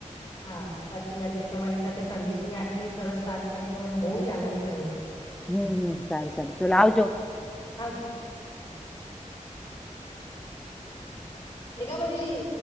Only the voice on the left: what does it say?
હા સાચી વાત છે તમારી સાથે સંગીતની આટલી સરસ વાત કરીને મને બહુ જ આનંદ થયો.
આવજો મેગા બધી